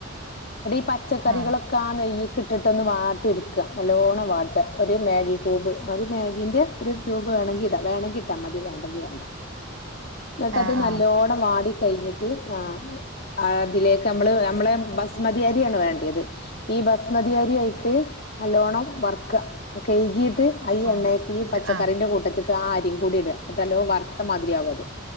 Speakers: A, on the left; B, on the right.
A: എന്നിട്ടീ ഈ പച്ചക്കറികളൊക്കെ
B: ആഹ്
A: ആ നെയ്യ്ക്ക് ഇട്ടിട്ടൊന്ന് വാട്ടിഎടുക്ക, നല്ലോണ്ണം വാട്ടുക. ഒരു മാഗി കൂബ് ഒരു മാഗീൻ്റെ ഒരു ക്യൂബ്‌ വെണെങ്കിൽ ഇ ട വേണെങ്കിൽ ഇട്ടാ മതി വേണ്ടെങ്കിൽ വേണ്ട എന്നിട്ട്
B: ആഹ്
A: അത്
B: ആഹ്
A: നല്ലോണം വാടി കഴിഞ്ഞിട്ട് ആഹ് ആ അതിലേക്ക് ഞമ്മള് ഞമ്മളെ ബസ്മതിയരിയാണ് വേണ്ടിയത് ഈ ബസ്മതി അരി അഴിക്ക് നല്ലോണം വർക്ക കഴ്കീട്ട് ഐ ഈ എണ്ണേയ്ക്ക്
B: ആഹ്
A: ഈ പച്ചക്കറിന്റെ
B: ആഹ്
A: കൂട്ടത്ത്ക്ക് ആ അരി പൊടിടുക എന്നിട്ടല്ലൊ വറുത്തമാതിരി അവും അത്